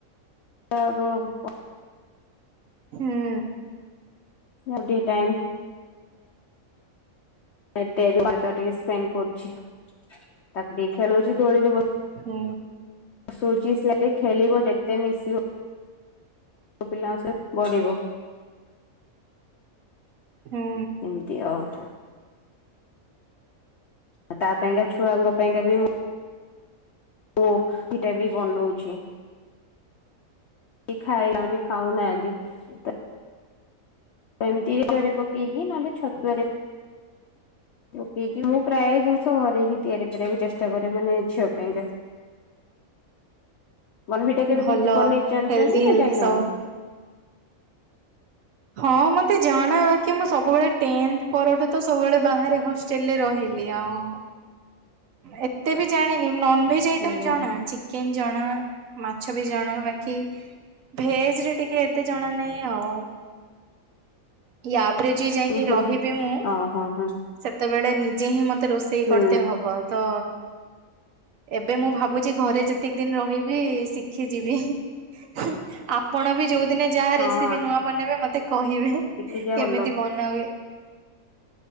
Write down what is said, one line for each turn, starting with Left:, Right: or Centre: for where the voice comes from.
Left: ତା ଗୋ ପଠ
Right: <unintelligible>
Left: ହେ ଆଉ ଟିକେ ଟାଇମ୍ ହେ ଟେ ହେଉ କରିଦେ ଟିକେ ସ୍ପେଣ୍ଡ କରୁଛି ତାକୁ ଟିକ ଖେଳଉଛି ଦୋଳିରେ
Right: ହୁଁ।
Left: ଶୋଉଚି ସିଆଡେ ଖେଳିବ ଯେତେ ମିଶିବ ଛୋଟ ପିଲାଆଙ୍କ ସହୀଇତ୍ ବଢିବ।
Right: ହୁଁ।
Left: ଏମିତି ଆଉ। ଆଉ ତା ପାଇଁକା ଛୁଆଙ୍କ ପାଇଁକା ବି ମୁଁ ତୋ ଏଇଟା ବି ବନୋଉଛି। କି ଖାଇବା ମାନେ ଖାଉନାହାନ୍ତି ତା ତ ଏମତି ଏଡାରେ ପକେଇକି ନହେଲେ ଛତୁଆରେ ପକେଇ କି ମୁଁ ପ୍ରାୟ ଜିନିଷ ଘରେ ହି ତିଆରି କରିବାକୁ ଚେଷ୍ଟା କରେ ମାନେ ଝିଅ ପାଇଁକା। ବନଭିି ଟା କେବେ
Right: ଭଲ
Left: କେମିତି ବନେଇ ଚାଣିଚନ୍ତି
Right: ହେଲ୍ଦି ହେଲ୍ଦି
Left: ନା ଜାଣିନାହାନ୍ତି।
Right: ସବୁ। ହଁ ମତେ ଜଣା ବାକି ମୁଁ ସବୁବେଳେ ଟେନ୍ଥ ପରଠୂ ତ ସବୁବେଳେ ବାହାରେ ହଷ୍ଟେଲରେ ରହିଲି ଆଉ। ଏତେ ବି ଜାଣିନି ନନଭେଜ୍ ଆଇଟମ୍
Left: ଆଜ୍ଞା
Right: ଜଣା ଅଛି। ଚିକେନ୍ ଜଣା ମାଛ ବି ଜଣା ବାକି ଭେଜ୍ ରେ ଟିକେ ଏତେ ଜଣା ନାଇଁ ଆଉ। ୟାପରେ ଯିଏ ଯାଇଁକି
Left: ହୁଁ
Right: ରହିବି
Left: ହୁଁ ହୁଁ
Right: ମୁଁ
Left: ଓହୋ ହଁ
Right: ସେତେବେଳେ ନିଜେ ହିଁ ମତେ ରୋଷେଇ
Left: ହୁଁ
Right: କରତେ ହବ ତ ଏବେ ମୁଁ ଭାବୁଚି ଘରେ ଯେତିକି ଦିଇନି ରହିବି ଶିଖି ଯିବି। ହୁଁ ଆପଣ ବି ଯୋଉଦିନ ଯାହା
Left: ହଁ।
Right: ରେସିପି ନୂଆ ବନେଇବେ ମତେ କହିବେ।
Left: ଶିଖିଯିବା
Right: କେମିତି
Left: ଭଲ
Right: ବନା ହୁଏ?